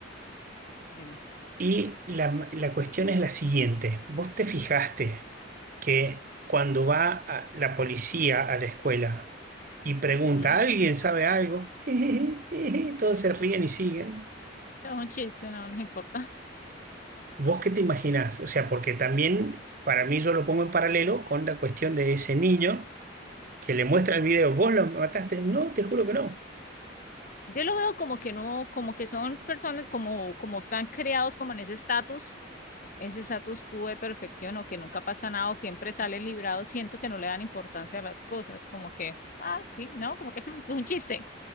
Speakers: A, on the left; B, on the right.
A: dime,
B: Y la, la cuestión es la siguiente. ¿Vos te fijaste que cuando va a- la policía a la escuela y pregunta,
A: ujú.
B: ¿alguien sabe algo? <laughs> Todos se ríen y siguen.
A: Es un chiste, no nos importa.
B: ¿Vos qué te imaginás? O sea, porque también para mí yo lo pongo en paralelo con la cuestión de ese niño que le muestra el video. ¿Vos lo mataste? No, te juro que no.
A: yo lo veo como que no, como que son personas como, como están creados como en ese estatus, ese status quo de perfección o que nunca pasa nada o siempre salen librados, siento que no le dan importancia a las cosas, como que, ah, sí, no, como que <laughs> es un, un chiste,